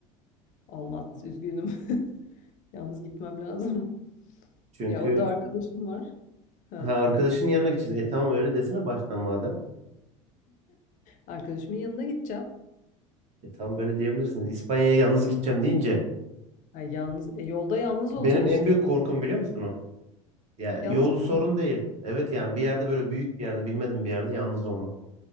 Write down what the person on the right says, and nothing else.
Çünkü
ha arkadaşın yanına gideceğiz. E tamam öyle desene baştan madem.
E tamam böyle diyebilirsiniz. İspanya'ya yalnız gideceğim deyince
benim
en büyük korkum biliyor musun o? Ya
yolu
sorun değil. Evet yani bir yerde böyle büyük bir yerde bilmedim bir yerde yalnız olmak.